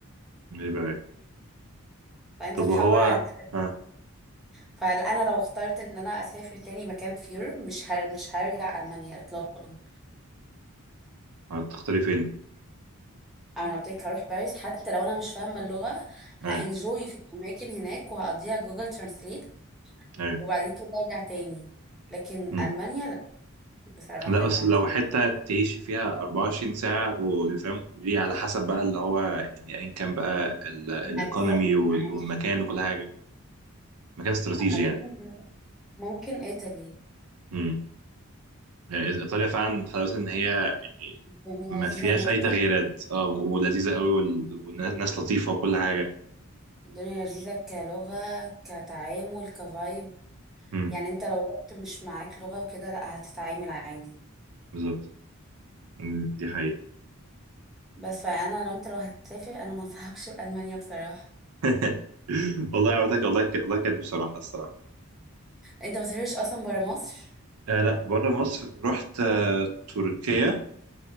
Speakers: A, on the right; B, in the centre.
A: ليه بقى
B: فانت
A: طب
B: تحور
A: وهو
B: عليك
A: ها
B: فانا لو اخترت ان انا اسافر تاني مكان في يوروب مش هر... مش هرجع المانيا اطلاقا
A: هتختاري فين
B: انا قلت لك هروح باريس حتى لو انا مش فاهمه اللغه هانجوي
A: ايوه
B: في الاماكن هناك وهقضيها جوجل ترانسليت
A: ايوه
B: وبعد كده ارجع تاني لكن
A: مم.
B: المانيا لا بصراحه
A: لا بس
B: يعني
A: لو حتة تعيشي فيها 24 ساعة وفاهم ودي على حسب بقى اللي هو يعني ايا كان بقى ال- الايكونومي
B: مكان
A: وال-
B: عايش
A: والمكان وكل حاجة مكان استراتيجي
B: مكان
A: يعني
B: ممكن ايطالي
A: مم. إيه، ايطاليا فعلا حلاوتها ان هي يعني
B: الدنيا
A: ما
B: لذيذه
A: فيهاش
B: هناك
A: اي تغييرات
B: أوي
A: اه ولذيذة قوي وال- والناس لطيفة وكل حاجة
B: الدنيا لذيذه كلغه كتعامل كفايب
A: مم.
B: يعني انت لو رحت مش معاك لغه وكده لا هتتعامل عادي
A: بالظبط مم. دي حقيقة
B: بس فانا لو انت لو هتسافر انا ما انصحكش بالمانيا بصراحه
A: <laughs> والله عودتك والله والله كانت بصراحة الصراحة
B: انت ما سافرتش اصلا برا مصر
A: آه لا بره مصر رحت آه تركيا